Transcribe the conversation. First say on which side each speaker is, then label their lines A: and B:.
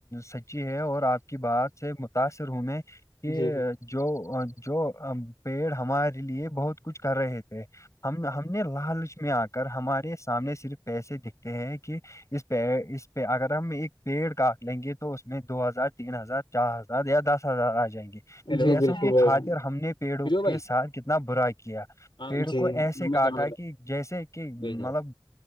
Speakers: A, on the left; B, on the left.
A: سچی ہے اور آپ کی بات سے متاثر ہوں میں کہ
B: جی
A: جو جو پیڑ ہمارے لیے بہت کچھ کر رہے تھے ہم ہم نے لالچ میں آ کر ہمارے سامنے صرف پسے دکھتے ہیں کہ پ اس پہ اگر ہم ایک پیڑ کاٹ لیں گے تو اس میں دو ہزار تین ہزار چار ہزار یا دس ہزار آ جائیں گے
B: جی
A: پیسوں
B: بالکل
A: کی
B: بھائی
A: خاطر
B: جان
A: ہم نے پیڑوں
B: فری ہو بھائی
A: کے ساتھ کتنا برا کیا
B: ہاں
A: پیڑ
B: نمبر
A: کو ایسے کاٹا
B: سینڈ کر
A: کہ جیسے کہ مطلب
B: بھیجا ہے